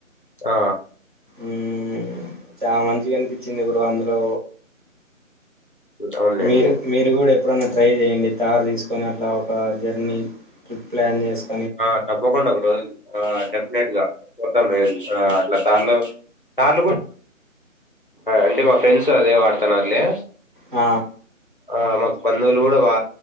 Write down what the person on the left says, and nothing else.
ఆ
అవునులేండి
ఆ తప్పకుండా ఆ డెఫిననేటెగా గతం అట్లా తార్లు తార్లు కూడా అంటే మా ఫ్రెండ్స్ అదే వాడుతున్నారులే
ఆ మాకు బంధువులు కూడా వా